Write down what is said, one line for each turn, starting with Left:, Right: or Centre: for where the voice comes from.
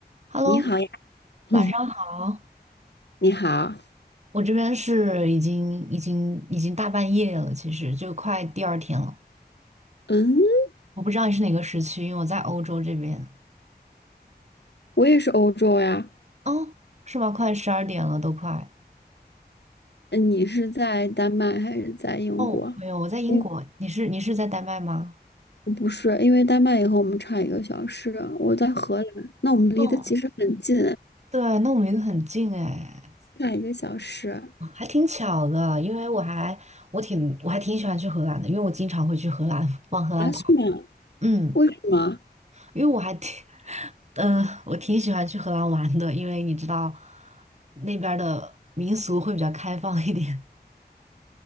Right: Hello，
Left: 你好呀，<laughs>
Right: 晚上好。
Left: 你好，
Right: 我这边是已经已经已经大半夜了，其实就快第二天了。
Left: 嗯，
Right: 我不知道你是哪个时区，因为我在欧洲这边。
Left: 我也是欧洲呀。
Right: 哦，是吗？快十二点了，都快。
Left: 嗯，你是在丹麦还是在英国？
Right: 哦，没有，我在英国。
Left: 哎，
Right: 你是你是在丹麦吗？
Left: 不是，因为丹麦也和我们差一个小时，我在荷兰，那我们离得其实很近，
Right: 哦，对，那我们离得很近哎，
Left: 差一个小时
Right: 还挺巧的。因为我还我挺我还挺喜欢去荷兰的，因为我经常会去荷兰，往荷兰跑。
Left: 啊？是吗？
Right: 嗯，
Left: 为什么？
Right: 因为我还挺 <laughs> 嗯，呃我挺喜欢去荷兰玩的，因为你知道那边儿的民俗会比较开放一点。